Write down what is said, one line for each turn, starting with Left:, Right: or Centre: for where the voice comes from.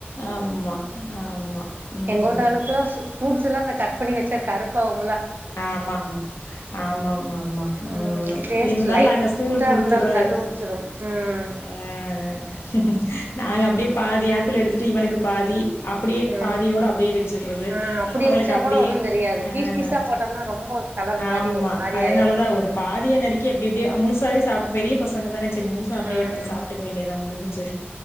Left: ஆமா ஆமா ம்
Right: எங்கோட்ட அளுக்குலாம் ஃப்ரூட்ஸ் எல்லாம் இந்த கட்பன்னி வச்சா கருப்பாவும்
Left: ஆமா ஆமா ஆமா ஆமா ஆமா அஹ்
Right: ம் டேஸ்ட்
Left: இருந்தாலும்
Right: லைட்டா
Left: நாங்க ஸ்கூலுக்கு குடுத்துறது
Right: இருந்தாலு கண்டுபுடிச்சிரு ம்
Left: ஆஹ் நாங்க அப்படியே பாதி ஆப்பிள் எடுத்துட்டு இவனுக்கு பாதி அப்படியே
Right: ம்
Left: பாதியோடு அப்படியே வச்சுடுறது
Right: ஆ அப்டி
Left: அவுங்களுக்கு
Right: வச்சா
Left: அப்படியே
Right: கூட ஒன்னு தெரியாது
Left: ஆஹ்
Right: பீஸ் பீஸா போட்டோம்னா ரொம்ப கலர் மாரி
Left: ஆமா
Right: ஒரு மாரி
Left: அதனாலதான்
Right: ஆயிருது
Left: ஒரு
Right: ம்
Left: பாதியை நறுக்கி அப்படி அப்படியே முழுசாவே சா ப் பெரிய பசங்க தானே சரி முழுசா அப்படியே
Right: ம்
Left: எடுத்து சாப்பிட்டுக்க வேண்டியதான் முடிஞ்சிச்சு